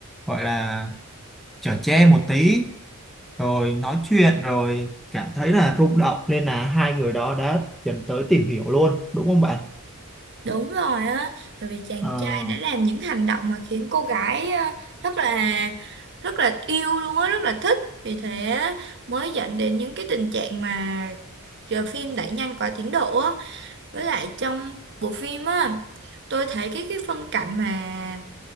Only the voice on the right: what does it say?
đúng rồi á bởi vì chàng
trai đã làm những hành động mà khiến cô gái ờ, rất là rất là yêu luôn á rất là thích vì thế mới dẫn đến những cái tình trạng mà ờ, phim đẩy nhanh quá tiến độ á Với lại trong bộ phim á, tôi thấy cái cái phân cảnh mà